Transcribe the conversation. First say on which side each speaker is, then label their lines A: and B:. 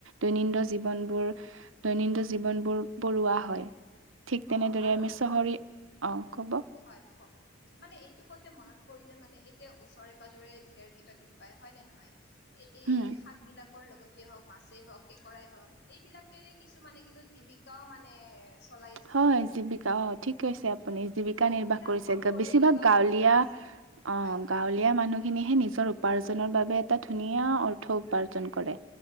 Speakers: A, on the right (about 85°); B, on the left (about 60°).
A: দৈনিন্দ জীৱনবোৰ দৈনিন্দ জীৱনবোৰ পৰুৱা হয়। ঠিক তেনেদৰে
B: অ, আৰু
A: আমি চহৰী অ'
B: হম
A: ক'ব
B: হম হয় কওঁক। মানে এইটো কওঁতে মনত পৰিলে মানে এই যে ওচৰে পাজৰে ধেৰ কিবা কিবি পায়। হয় নে নহয়? এ এই
A: হুম
B: শাক বিলাকৰ লগত তে হওঁক মাছেই হওক, কেঁকৰাই হওঁক এইবিলাকেৰে কিছুমানে কিন্তু জীৱিকাও মানে চলাই আছ
A: হয়, জীৱিকা অ ঠিক কৈছে আপুনি। জীৱিকা
B: বহুত
A: নিৰ্বাহ
B: বিলাক
A: কৰিছে
B: সৰু
A: গ
B: সৰু
A: বেছিভাগ
B: এনেকুৱা
A: গাঁৱলীয়া
B: বজাৰ আছে হয়
A: অ। গাঁৱলীয়া মানুহখিনিহে নিজৰ উপাৰ্জনৰ বাবে এটা ধুনীয়া অৰ্থ উপাৰ্জন কৰে।